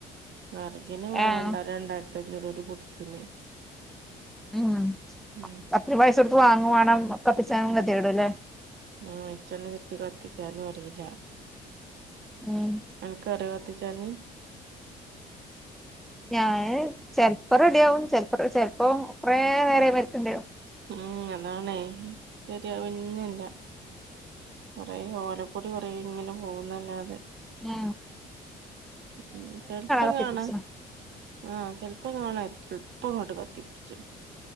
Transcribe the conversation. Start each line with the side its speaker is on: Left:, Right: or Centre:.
Right: വറക്ന് വേണം.
Centre: ആഹ്
Right: രണ്ടാരോ, രണ്ടാര്ത്തഞ്ഞൂറോ, ഒരു ഗുഡ്‌സിന്.
Centre: ഉം,
Right: ഉം
Centre: അത്രേം, പൈസൊട്‌ത്ത് വാങ്ങും വേണം. കത്തിച്ചാനും, കെതിയേട്‌, ലെ?
Right: ആഹ്, ഇച്ചെന്നെ, ശെരിക്ക് കത്തിച്ചാനും അറീല.
Centre: ഉം
Right: അൻക്കറിയോ കത്തിച്ചാന്
Centre: ഞാന് ചെൽപ്പോ റെഡിയാവും ചെൽപ്പം ചെൽപ്പോം കൊറേ നേരം അയ്മ്മേ ഇരിക്കണ്ടെരും
Right: ഉം അതാണേ ശെരിയാവെന്നെല്ല കൊറെ ഓല ക്കൊടി കൊറേ ങ്ങനെ പോകുന്നല്ലാതെ
Centre: ആ
Right: ഉം ചെൽപ്പം
Centre: കത്തിപ്പിടിച്ച്ണ്
Right: കാണാ ആ ചെൽപ്പം കാണാ എൾപ്പങ്ങട്ട് കത്തിപ്പിടിച്ച്ണ്